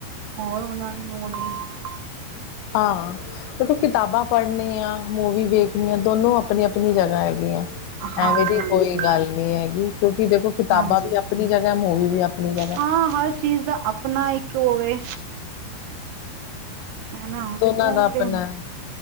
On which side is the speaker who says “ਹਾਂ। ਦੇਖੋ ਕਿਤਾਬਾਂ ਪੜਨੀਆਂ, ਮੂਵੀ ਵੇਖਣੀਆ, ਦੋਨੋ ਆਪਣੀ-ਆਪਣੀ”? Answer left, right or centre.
Left